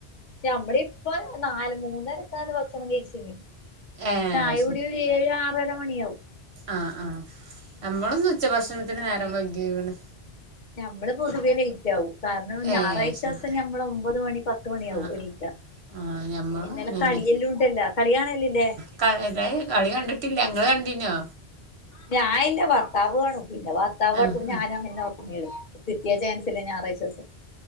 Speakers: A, on the left; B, on the right.
A: നഞമ്മള് ഇപ്പൊ നാല് മൂന്നരക്കാന്ന് ഭക്ഷണം കയിച്ചിന്
B: ഏഹ്
A: ചായ കുടി ഒരു ഏഴ് ആറര മണിയാാവും.
B: ആഹ ആഹ് ഞമ്മളുന്ന് ഉച്ചഭക്ഷണത്തിന് നേരം വകിക്ണ്
A: ഞമ്മള് പൊതുവേ ലയിറ്റാവും. കാരണം
B: ഏഹ്
A: ഞായറാഴ്ചസം
B: ശരി
A: ഞമ്മള് ഒമ്പത് മണി പത്ത് മണിയാവും
B: ആഹ്
A: എണീക്കാ
B: ആഹ് ഞമ്മളും
A: പിന്നെ ഇന്നലെ
B: അങ്ങനെന്നെ
A: കളിയെല്ലുണ്ടല്ല, കളി കാണലില്ലേ?
B: <unintelligible> കളി കണ്ടിട്ടില്ല ങ്ങള് കണ്ടീന്നോ
A: ഞാ ഇല്ല ഭർത്താവ് കാണും പിന്നെ ഭർത്താവ്
B: ആഹ്
A: കടക്കുമ്പോ ഞാനും
B: ആഹ്
A: അങ്ങനെ <unintelligible> കിട്ടിയ ചാൻസല്ലേ ഞായറാഴ്ചസം